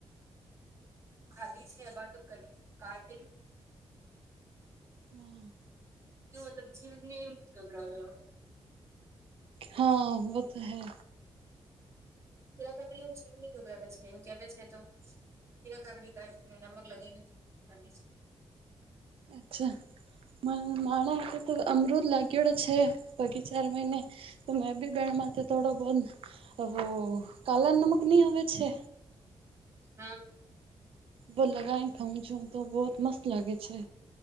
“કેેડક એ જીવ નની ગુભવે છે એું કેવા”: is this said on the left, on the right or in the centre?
Right